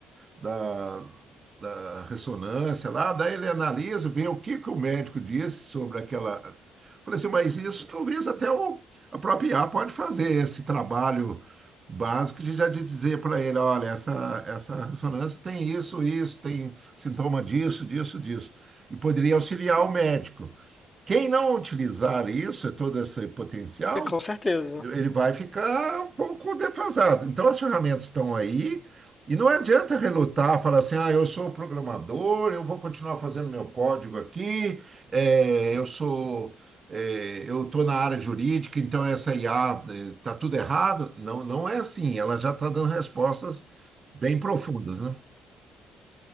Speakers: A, on the right; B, on the left.
A: da, da ressonância lá, daí ele analisa, vê o que que o médico disse sobre aquela. Falei assim, mas isso talvez até o, a própria IA pode fazer esse trabalho básico de já de dizer para ele, olha, essa, essa ressonância tem isso, isso, tem sintoma disso, disso, disso. E poderia auxiliar o médico. Quem não utilizar isso, todo esse potencial,
B: É, com certeza.
A: ele vai ficar um pouco defasado. Então, as ferramentas estão aí e não adianta relutar, falar assim, ah, eu sou programador, eu vou continuar fazendo meu código aqui, eh, eu sou, eh, eu estou na área jurídica, então essa IA está tudo errado. Não, não é assim, ela já está dando respostas bem profundas, né?